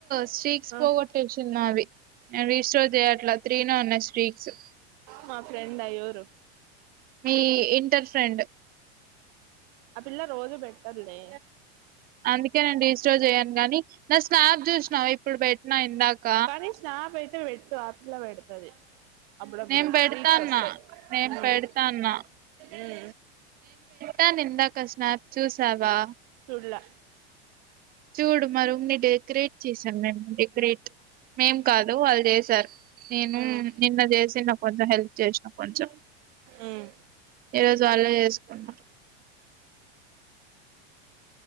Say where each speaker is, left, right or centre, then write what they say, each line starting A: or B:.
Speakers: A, on the right (about 25°); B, on the right (about 50°).
A: స్ట్రిక్స్
B: ఆ
A: పోగొట్టేసింది నావి నే రీస్టోర్ చేయ్యట్లా త్రీనే ఉన్నాయి స్ట్రీక్స్ సు
B: మా ఫ్రెండా ఎవరు
A: మీ ఇంటర్ ఫ్రెండ్
B: ఆ పిల్ల రోజూ పెట్టదులే
A: అందుకే నేను రీస్టోర్ చేయను గానీ నా స్నాప్ చూసినావా ఇప్పుడు పెట్టినా ఇందాక
B: కానీ స్నాబ్ అట్లె వెట్టు ఆ పిల్ల వెడతాది అబ్బుడబ్బుడు
A: నేను పెడతాన్నా
B: స్ట్రీట్స్ వస్తయ్
A: నేను
B: ఉ
A: పెడతాన్నా
B: ఊ
A: ట్టాను ఇందాక స్నాప్ చూసావా
B: చూడలా
A: చూడు మా రూమ్ ని డెకరేట్ చేసాను మే డెకరేట్ మేం కాదు వాళ్ళు జేశారు నేను
B: మ్మ్
A: నిన్న జేసిన కొంచెం హెల్ప్ చేసిన కొంచెం
B: మ్మ్
A: ఈ రోజు వాళ్ళే చేసుకున్నారూ